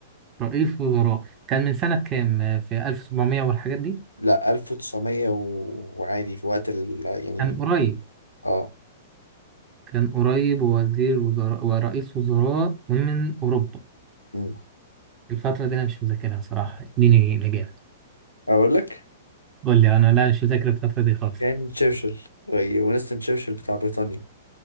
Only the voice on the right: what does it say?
رئيس وزراء كان من سنة كام في 1700 والحاجات دي
كان قريب
كان قريب ووزير وزراء ورئيس وزراء من أوروبا
الفترة دي أنا مش مذاكرها صراحة اديني الإجابة
قول لي أنا لا مش مذاكر الفترة دي خالص